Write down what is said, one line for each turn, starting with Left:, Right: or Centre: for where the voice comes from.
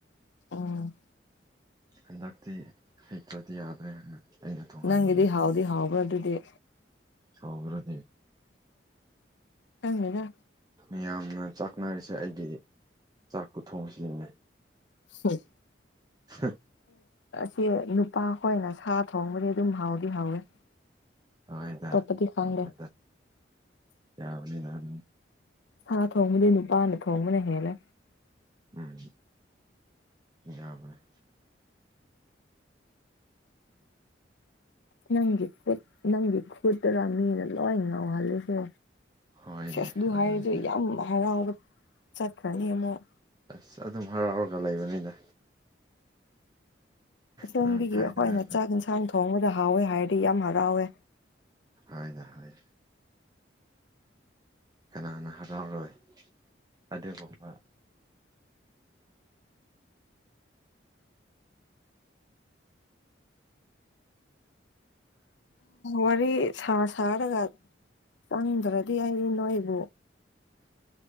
Left: ꯑꯣ
Right: ꯍꯟꯗꯛꯇꯤ ꯍꯩꯇ꯭ꯔꯗꯤ ꯌꯥꯗ꯭ꯔꯦ ꯍꯥꯏꯅ ꯑꯩꯅ ꯊꯣꯡꯍꯟꯕꯅꯦ
Left: ꯅꯪꯒꯤꯗꯤ ꯍꯥꯎꯗꯤ ꯍꯥꯎꯕ꯭ꯔꯥ ꯑꯗꯨꯗꯤ
Right: ꯍꯥꯎꯗ꯭ꯔꯗꯤ
Left: ꯈꯪꯗꯦꯗ
Right: ꯃꯤꯌꯥꯝꯅ ꯆꯥꯛ ꯅꯥꯏꯔꯤꯁꯦ ꯑꯩꯒꯤ ꯆꯥꯛ ꯈꯨꯊꯣꯛꯁꯤꯅꯦ
Left: ꯍ <inaudible>
Right: ꯍꯥ
Left: ꯑꯁꯤ ꯅꯨꯄꯥ ꯈꯣꯏꯅ ꯁꯥ ꯊꯣꯡꯕꯗꯤ ꯑꯗꯨꯝ ꯍꯥꯎꯗꯤ ꯍꯥꯎꯋꯦ
Right: ꯍꯣꯏꯗ
Left: ꯑꯇꯣꯞꯄꯗꯤ ꯈꯪꯗꯦ
Right: ꯍꯥꯎꯕꯅꯤꯗ ꯌꯥꯕꯅꯤꯗ ꯑꯗꯨꯝ
Left: ꯁꯥ ꯊꯣꯡꯕꯗꯤ ꯅꯨꯄꯥꯅ ꯊꯣꯡꯕꯅ ꯍꯦꯜꯂꯦ꯫
Right: ꯎꯝ ꯌꯥꯕꯅꯦ꯫
Left: ꯅꯪꯒꯤ ꯈꯨꯠ ꯅꯪꯒꯤ ꯈꯨꯠꯇꯨꯔ ꯃꯤꯅ ꯂꯣꯏ ꯉꯥꯎꯍꯜꯂꯤꯖꯦ꯫
Right: ꯍꯣꯏꯅꯦ
Left: ꯁꯦꯁ ꯗꯨꯨ
Right: ꯑꯗꯨꯅꯤ
Left: ꯍꯥꯏꯔꯗꯤ ꯌꯥꯝ ꯍꯔꯥꯎꯔ ꯆꯠꯈ꯭ꯔꯅꯤ ꯑꯃꯨꯛ꯫
Right: ꯑꯁ ꯑꯗꯨꯝ ꯍꯔꯥꯎꯔꯒ ꯂꯩꯕꯅꯤꯗ꯫
Left: ꯑꯁꯦꯡꯕꯒꯤ
Right: ꯅꯪ ꯍꯥꯏꯗ꯭ꯔꯁꯨ
Left: ꯑꯩꯈꯣꯏꯅ ꯆꯥꯛ ꯏꯟꯁꯥꯡ ꯊꯣꯡꯕꯗ ꯍꯥꯎꯋꯦ ꯍꯥꯏꯔꯗꯤ ꯌꯥꯝ ꯍꯔꯥꯎꯋꯦ
Right: ꯍꯣꯏꯗ ꯍꯣꯏ ꯀꯅꯥꯅ ꯍꯔꯥꯎꯔꯣꯏ ꯑꯗꯨꯒꯨꯝꯕ
Left: ꯋꯥꯔꯤ ꯁꯥ ꯁꯥꯔꯒ ꯆꯪꯗ꯭ꯔꯗꯤ ꯍꯥꯏꯔꯤ ꯅꯣꯏꯕꯨ